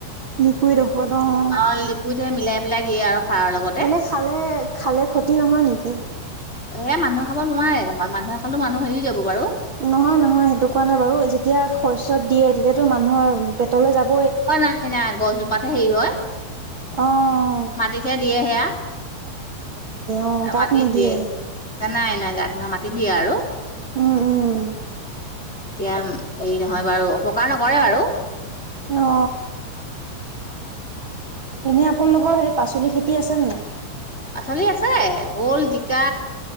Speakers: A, on the right (about 35°); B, on the left (about 15°).
A: লিকুইড ঔষধ অ',
B: অ মিলাই পেলাই দিয়ে আৰু। খাৰৰ লগতে
A: এনে খালে খালে ক্ষতি নহয় নেকি?
B: এই মানুহ খাব নোৱাৰে মানুহ খালে মানুহ হেৰি যাব বাৰু।
A: নহয় নহয় সেইটো কোৱা নাই বাৰু যেতিয়া শস্যত দিয়ে তেতিয়াাতো মানুহৰ পেটলে যাব।
B: অ' নাই-নাই গছজোপাতে হেৰি হয়।
A: অহ,
B: মাটিতহে দিয়ে সেয়া
A: অ', গাত
B: মাটতি
A: নিদিয়ে।
B: দিয়ে নাই এ ন গাত নহয় মাটিত। দিয়া আৰু।
A: উম-উম,
B: এতিয়া হেৰি নহয় বাৰু অপকাৰ নকৰে বাৰু
A: অ এনেই আপোনালোকৰ সেই পাচলি খেতি কি আছে?
B: পাচলি আছে ভোল জিকা।